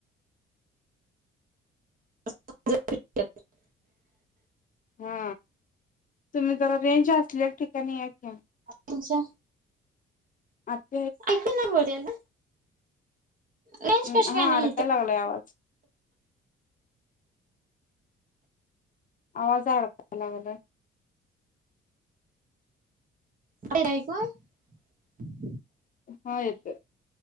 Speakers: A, on the right; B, on the left.
A: <inaudible>
B: हा तुम्ही जरा रेंज असलेल्या ठिकाणी या की
A: तेच्या
B: रिकामा ऑडिओ
A: ऐकू ना बोलेल रेंज
B: हम्
A: कशी
B: हा
A: काय नाही
B: अडकायला लागलाय आवाज आवाज अडकायला लागलाय.
A: आलं नाही आयकू
B: हा येतोय